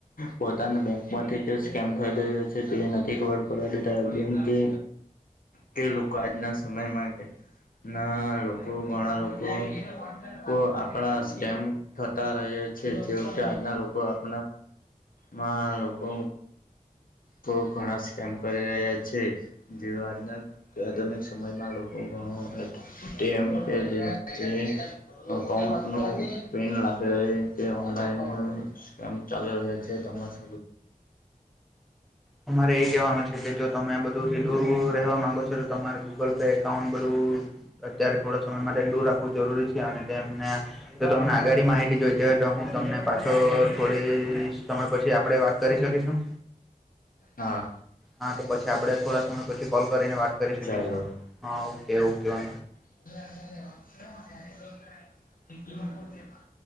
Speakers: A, on the left; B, in the centre.
A: પોતાના બેંકમાંથી જે સ્કેમ થઈ રહ્યો છે, તે નથી ખબર પડવા દેતા જેમ કે તે લોકો આજના સમયમાં કે ના લોકો ઘણા લોકો આપણા સ્કેમ થતા ર છે જેવ કે આજના લોકો આપ મા લોકો તો ઘણા શ કેમ કરી રહ્યા છે, જે આજના આધુનિક સમયમાં લોકો ઘણો પ ટીએમ પે જેમથી અકાઉન્ટનું પિન લખી રહી. કેનલાઈનમ ચાલી રહ્યા છે, તમા સ
B: તમારે એ કેવાનું છે કે જો તમે બધું થી દૂરવાનુ માંગો છો તમારે ગૂગલ પે એકાઉન્ટ ભરુ અત્યારે થોડા સમય માટે દૂર રાખવું જરૂરી છે અને તેમને તો તમને આગળ માહિતી જોઈ જ તો હુ, તેમ પાછો થોડી સમય પછી આપડે વાત કરી શકીશું
A: હા
B: હા તો પછી આપડ થોડા સમય પછી કોલ કરીને વાત કરી શકી
A: ચાલો
B: હા ઓકે ઓકે વા
A: <inaudible> <unintelligible>